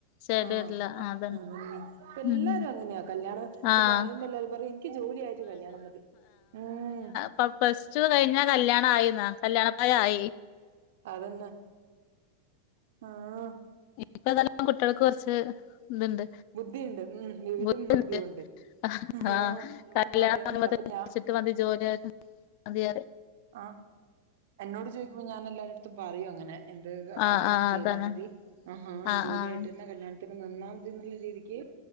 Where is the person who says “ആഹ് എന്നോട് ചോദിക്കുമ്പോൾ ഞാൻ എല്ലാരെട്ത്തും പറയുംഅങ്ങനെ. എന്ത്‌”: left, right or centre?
Right